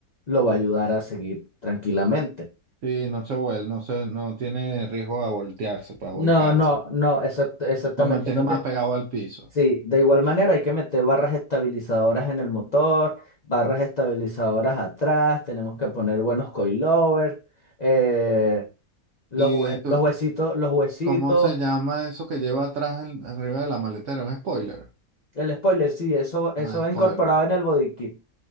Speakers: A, on the left; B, on the right.
A: lo va a ayudar a seguir tranquilamente.
B: Sí, no se vuelve, no se, no tiene riesgo de voltearse, pues
A: No,
B: volcarse.
A: no, no, exact- exactamente.
B: Lo mantiene
A: no tiene-
B: más pegado al piso.
A: Sí, de igual manera hay que meter barras estabilizadoras en el motor, barras estabilizadoras atrás, tenemos que poner buenos coilovers. eh, Los,
B: ¿Y
A: hue-
B: tú-
A: los huesitos, los huesitos,
B: cómo se llama eso que lleva atrás en- arriba de la maletera? ¿Un spoiler?
A: el spoiler, sí, eso, eso
B: Ah,
A: es
B: spoiler.
A: incorporado en el body kit.